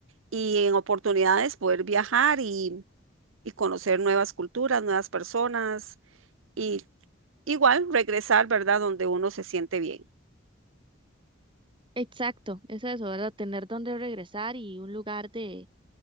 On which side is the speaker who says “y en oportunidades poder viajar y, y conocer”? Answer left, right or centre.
Right